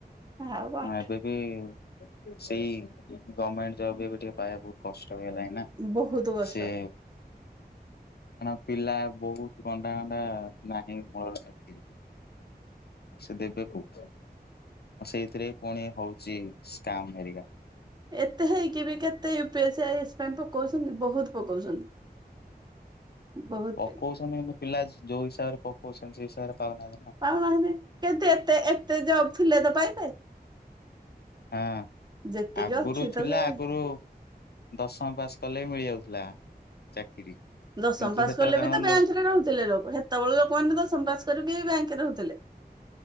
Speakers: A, on the right; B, on the left.
A: ଆଉ ପାଠ
B: ଏବେ ପିୟୁ ସେଇ ଗମେଣ୍ଟେ ଜବ ଏବେ ଟିକେ ପାଇବା ବହୁତ୍ କଷ୍ଟ ହେଇଗଲାଣି ନା।
A: ବହୁତ କଷ୍ଟ।
B: ସେ। କାରଣ ପିଲା ବହୁତ ଗଣ୍ଡା ଗଣ୍ଡା ନାହିଁ ମୂଳରୁ ଶେନ୍ତି। ଆଉ ସେ ଦେବେ କୋଉଠି ଆଉ ସେଇଥିରେ ପୁଣି ହଉଛି ସ୍କ୍ୟାମ୍ ହେରୀକା।
A: ଏତେ ହେଇକି ବି କେତେ U P S, I A S ପାଇଁ ପକଉଛନ୍ତି ବହୁତ ପକଉଛନ୍ତି। ବହୁତ
B: ପକଉଛନ୍ତି କିନ୍ତୁ ପିଲା ଯୋଉ ହିସାବରେ ପକଉଛନ୍ତି ସେଇ ହିସାବରେ ପାଉନାହାନ୍ତି ନା?
A: ପାଉନାହାନ୍ତି କେତେ ଏତେ ଏତେ ଯବ୍ ଥିଲେ ତ ପାଇବେ?
B: ହଁ
A: ଯେତିକି
B: ଆଗରୁ
A: ଅଛି ତ
B: ଥିଲା
A: ସେ
B: ଆଗୁରୁ ଦଶମ ପାସ୍ କଲେ ବି ମିଳି ଯାଉଥିଲା ଚାକିରି।
A: ଦଶମ
B: କିନ୍ତୁ
A: ପାସ
B: ସେତେବେଳେ
A: କଲେ
B: କାରଣ
A: ବି ତ ବ୍ୟାଙ୍କରେ
B: ଲୋ
A: ରହୁଥିଲେ ଲୋକ ହେତେବେଳ ଲୋକମାନେ ଦଶମ ପାସ କରିକି ବି ବ୍ୟାଙ୍କରେ ରହୁଥିଲେ।